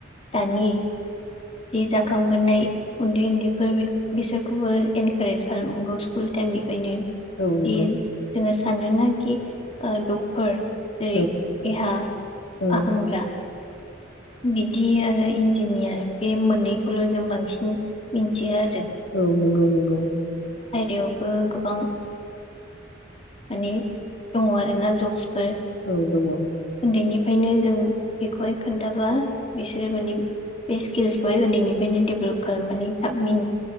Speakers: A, on the left; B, on the left.
A: दानि बे जाखांबोनाय उन्दै उन्दैफोर बिसोरखौबो इनकारेज खालामनांगौ स्कुल टाइमनि बेनो
B: उम औ नंगौ
A: जि
B: औ
A: जोङो <unintelligible> डक्टर जेरै
B: औ
A: देहा
B: औ
A: फाहामग्रा बिदि आरो इन्जिनियार बे मोननैखौल' जों बांसिन मिथियो आरो
B: औ नंगौ नंगौ
A: यावबो गोबां मानि दङ आरो ना जबस फोर
B: औ दङ
A: उनदैनिफ्रायनो जों बेखौहाय खोन्थाबा बिसोरो माने बे स्किल्सखौहाय उन्दैनिफ्रायनो डेभेलप खालामनानै थाब मिनथिनो